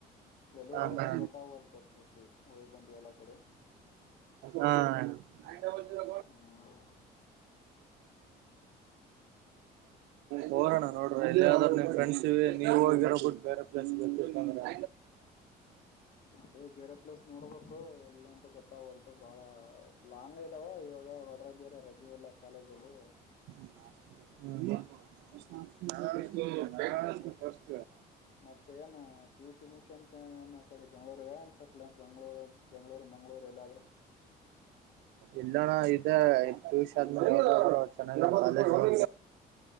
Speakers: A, on the left; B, on the right.
A: ಎಲ್ಲಿ
B: ಹಾ
A: ಹೋಗಬೇಕಂದ
B: ಹಾ
A: ಗೊತ್ತಾಗಲ್ ಿಪಿ ಹೊಯಿ ಬಂದಿ ಎಲ್ಲಾ ಕಡೆ
B: ಹಾ ಕ ನ
A: ಹ್ಞೂ
B: ಹೋರೋಣ ನೋಡ್ರ ಎಲ್ಲಿ್ರರು ನಿ್ ಫ್ರೆಂಡ್ಸ್ ನೀವ್ ಹೋಗಿರೋ ಬಿಟ್ಟು ಬೇರೆ ಪ್ಲೇಸ್ ಬತ್ತರ್ತಂದ್ರ
A: ಅದೇ ಬೇರೆ ಪ್ಲೇಸ್ ನೋಡ್ಬೇಕು ಎಲ್ಲ ಅಂತ ಗೊತ್ತಾಗಲ್ ಬಾಳ ಲಾಂಗ್ ಇದಾವ ಇವಾಗ ಹದ್ರಾಗ ಬೇರೆ ರಜೆ ಇಲ್ಲ ಕಾಲೇಜ ಅಲ್ಲಿ
B: ಹ ಬ
A: ಮತ್ತ ಏನ್ ಪಿಿಯುಸ ಮುಕ್ಷನ್ಕ ಕಡೆ ಬೆಂಗ್ಳೂರ್ ಏನ್ ಸಟ್ಲ್ ಬೆಂಗಳೂರು ಬೆಂಗ್ಳೂರು ಮಂಗ್ೂರು ಎಲ್ಲ
B: ಇಲ್ಲಣ್ಣ ಇದ ಶರ್ಮ ಚನ್ನ <unintelligible> ಇಟ್ಟ